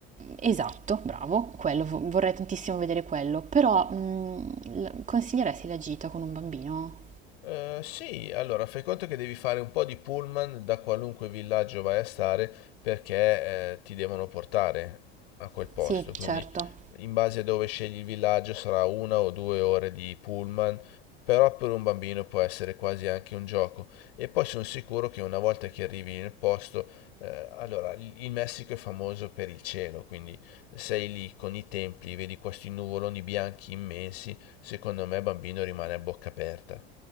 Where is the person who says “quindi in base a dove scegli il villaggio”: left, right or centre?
Left